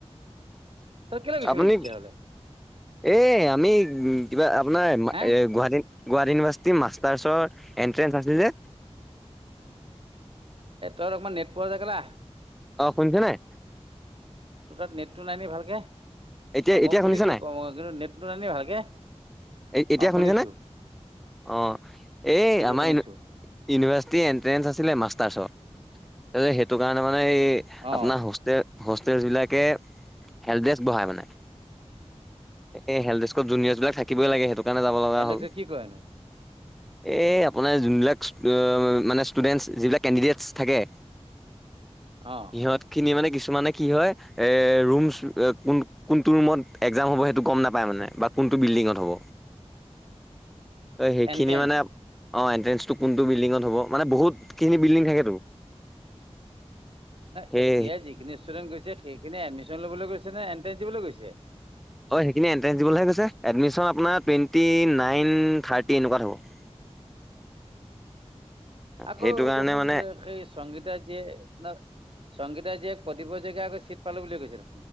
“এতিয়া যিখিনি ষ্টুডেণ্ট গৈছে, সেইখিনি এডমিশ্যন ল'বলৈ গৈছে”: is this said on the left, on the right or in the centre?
Right